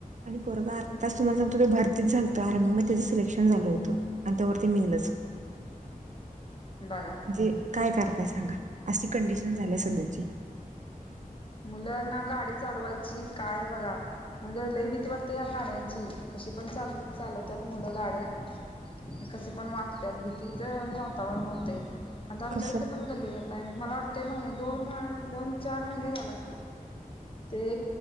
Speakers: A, on the right; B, on the left.
A: आणि पोरग आज तुम्हाला सांगतो ते भरती झालंत आर्मी मध्ये त्याच सिलेक्शन झालं होत आणि तवर ते मेलच,
B: बघा
A: जे काय कर काय सांगा अस कंडिशन झाल्या सध्याची.
B: मुलंना गाडी चालवायची काय बघा म्हणजे, लय भीती वाटते, या गाड्यांची कशी पण चाल चालवतात मुलं गाड्या कसं पण वागत भीतीच वातावरण व्हतय. आता आमच्या
A: कसं
B: इथे पण गल्ली करताय मला वाटतंय महि दोन दोन चार महिने झाला. ते